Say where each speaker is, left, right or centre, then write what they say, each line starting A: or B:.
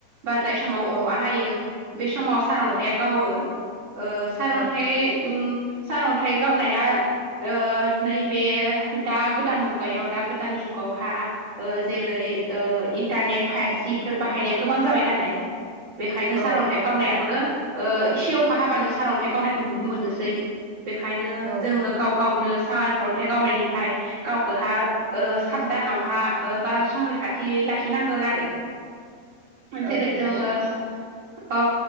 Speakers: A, on the right; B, on the right.
A: बारदाय समाव अखा
B: औ
A: हायो बे समाव सारन्थाया
B: औ
A: गावो ओ सारअन्थाइ
B: औ
A: उम सारअन्थाइ गावनाया ओ नैबे दा गोदान मुगायाव दा गोदान जुगावहा ओ जेरै ओ इन्टारनेट फाइभजिफोर बाहायनाया गोबां जाबाय नालाय बेखायनो
B: औ
A: सारअन्थाइ गावनायाबो ओ इसे अखा हाबानो सारअन्थाइ गावनायखौ नुनो मोननोसै बेखायनो
B: औ
A: जोङो गाव गावनो सार अन्थाइ गावनायनिफ्राय गावखौहा ओ साबधानावहा ओ बा संरैखाथियै लाखिनांगोन आरो जेरै
B: औ नंगौ
A: जोङो औ